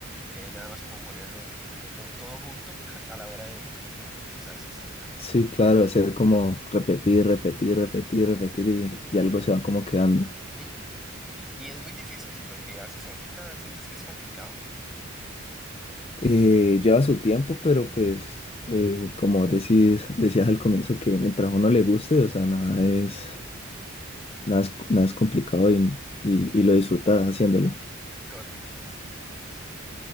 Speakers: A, in the centre; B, on the left (about 30°).
A: eh, nada más como ponerlo, ponerlo todo junto <laughs> a la hora de comunicarte. Quizá esa es la, la
B: sí,
A: parte
B: claro,
A: que te hace
B: hacer como repetir, repetir, repetir, repetir y, y algo se va como quedando.
A: Ujú. Y es muy difícil lo que haces ahorita, sientes que es complicado.
B: Eh, lleva su tiempo, pero pues eh, como decís, decías al comienzo que mientras a uno le guste, o sea, nada es, nada es, nada es complicado y, y, y lo disfrutas haciéndolo.
A: Correcto, sí, muy cierto.